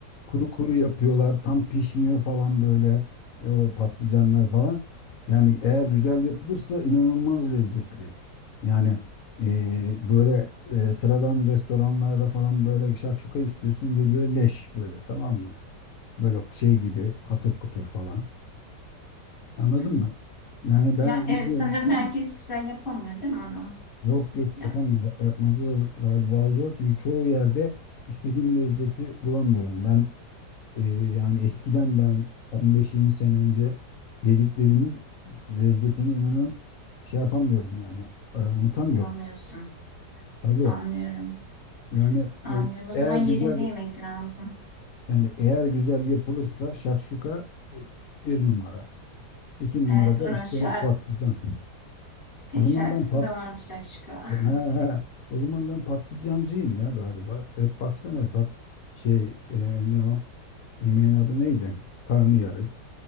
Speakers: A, on the left (about 65°); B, on the left (about 40°).
A: kuru kuru yapıyorlar. Tam pişmiyor falan böyle e, o patlıcanlar falan. Yani eğer güzel yapılırsa inanılmaz lezzetli. Yani e, böyle e, sıradan restoranlarda falan böyle şakşuka istiyorsun geliyor leş böyle tamam mı? Böyle şey gibi katır kutur falan. Anladın
B: Hı?
A: mı? Yani ben
B: Ya evet
A: bilmiyorum
B: sanırım
A: ama
B: herkes güzel yapamıyor değil mi onu?
A: Yok yok
B: Ya
A: yapamıyor. Yapmadı da galiba zor. Çünkü çoğu yerde istediğim lezzeti bulamıyorum. Ben e, yani eskiden ben 15-20 sene önce yediklerimin lezzetini inanın şey yapamıyorum yani. E, unutamıyorum.
B: bulamıyorsun.
A: Tabii.
B: Anlıyorum.
A: Yani
B: Anlıyorum.
A: e,
B: O
A: eğer
B: zaman yerinde
A: güzel
B: yemek lazım.
A: yani eğer güzel yapılırsa şakşuka e, bir numara. İki numarada
B: Evet, onun
A: işte
B: şarkı,
A: patlıcan.
B: <laughs>
A: O zaman
B: şarkısı
A: ben pat
B: da vardı Şakşuka.
A: Ha, he. O zaman ben patlıcancıyım ya galiba. Hep baksana pat şey e, ne o? Yemeğin adı neydi? Karnıyarık.